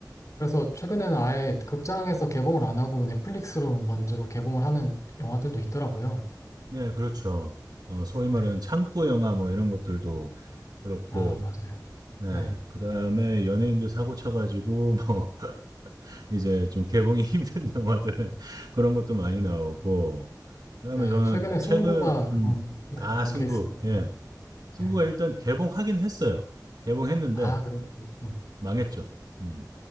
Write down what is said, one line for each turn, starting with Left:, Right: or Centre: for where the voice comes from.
Left: 그래서 최근에는 아예 극장에서 개봉을 안 하고 넷플릭스로 먼저 개봉을 하는 영화들도 있더라고요.
Right: 네, 그렇죠. 어, 소위
Left: 네.
Right: 말하는 창고 영화 뭐 이런 것들도 그렇고,
Left: 아, 맞아요.
Right: 네.
Left: 네.
Right: 그 다음에 연예인들 사고 쳐가지고, <laughs> 뭐, 이제 좀 개봉이 <laughs> 힘든 영화들, 그런 것도 많이 나오고, 그 다음에
Left: 네.
Right: 저는
Left: 최근에 승부가
Right: 최근,
Left: 그런,
Right: 음,
Left: 네,
Right: 아,
Left: 그런
Right: 승부.
Left: 케이스네요.
Right: 예. 승부가
Left: 네.
Right: 일단 개봉하긴 했어요. 개봉했는데,
Left: 아, 그래요? 음.
Right: 망했죠. 음,